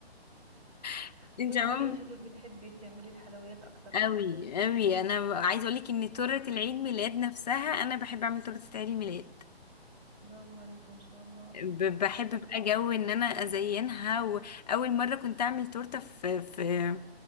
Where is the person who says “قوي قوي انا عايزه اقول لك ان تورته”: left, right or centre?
Left